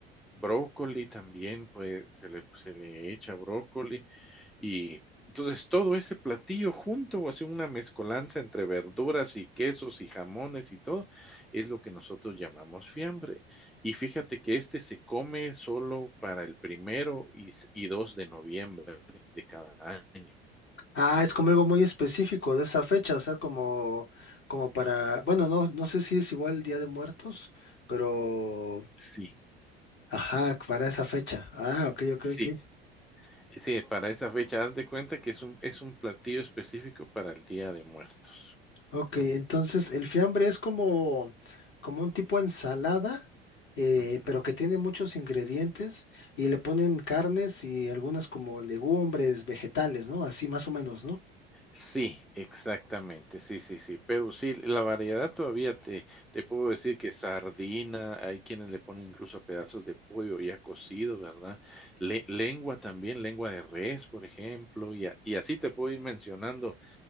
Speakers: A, in the centre; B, on the left.
A: brócoli también, pues se le, se le echa brócoli, y entonces todo ese platillo junto, hace una mezcolanza entre verduras y quesos y jamones y todo, es lo que nosotros llamamos fiambre. Y fíjate que este se come solo para el primero y, s- y 2 de noviembre de cada año.
B: Ah, es como algo muy específico de esa fecha, o sea, como, como para, bueno, no, no sé si es igual Día de Muertos, pero,
A: Sí,
B: ajá, para esa fecha. Ah, ok, ok,
A: sí,
B: ok.
A: sí, para esa fecha, haz de cuenta que es un, es un platillo específico para el Día de Muertos.
B: Ok,
A: Ujú,
B: entonces el fiambre es como, como un tipo ensalada, eh,
A: ujú.
B: pero que tiene muchos ingredientes y le ponen carnes y algunas como legumbres, vegetales, ¿no? Así más o menos, ¿no?
A: Sí, exactamente, sí, sí, sí, pero sí, la variedad todavía te te puedo decir que sardina, hay quienes le ponen incluso a pedazos de pollo ya cocido, ¿verdad? Le lengua también, lengua de res, por ejemplo, y a y así te puedo ir mencionando,